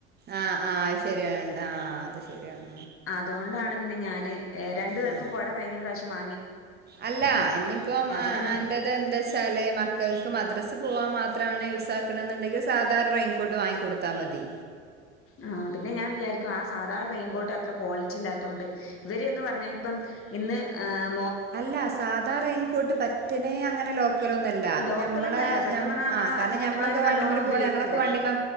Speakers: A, on the right (about 30°); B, on the left (about 40°).
A: ആഹ് ആഹ് അത് ശെരിയാണ് ആഹ് അത് ശെരിയാണ്
B: അതുകൊണ്ടാണ് പിന്നെ ഞാന് രണ്ടു പേർക്കും
A: ഉം
B: കൊട കഴിഞ്ഞ പ്രാവശ്യം വാങ്ങിയ
A: അല്ല ഇനി ഇപ്പം
B: അതിന് ന
A: അന്റെത് എന്താ വച്ചാല് മക്കൾക്ക് മ ദ്രാസെ പോവാൻ മാത്രാണ് യൂസാക്കണ് എന്നുണ്ടെങ്കിൽ സാധാ ഒരു റെയിൽ കോട്ട് വാങ്ങി കൊടുത്താ മതി
B: ആ പിന്നെ ഞാൻ വിചാരിക്കും ആ സാധാരണ റെയിൻകോട്ട് അത്ര ക്വാളിറ്റി ഇല്ലാത്തോണ്ട് ഇവര്ന്ന് പറഞ്ഞാ ഇപ്പം ഇന്ന് ഏഹ്
A: അല്ല സാധാ റെയിൽകോട്ട് പറ്റനേ അങ്ങനെ ലോ ക്കലാന്നുമല്ല അപ്പം
B: ലോക്കലൊന്നല്ല
A: ഞമ്മൾ
B: സത്യം
A: ഞമ്മ
B: പറഞ്ഞാൽ നമ്മളെ
A: ആ കാരണം
B: ഹസ്ബൻഡുമാര്
A: ഞമ്മളൊക്കെ വണ്ടിമേൽ
B: നല്ലോണം
A: പോണ്
B: ഉപയോഗിക്ക്ണ്ട്
A: ഞങ്ങളൊക്കെ വണ്ടിമ്മേ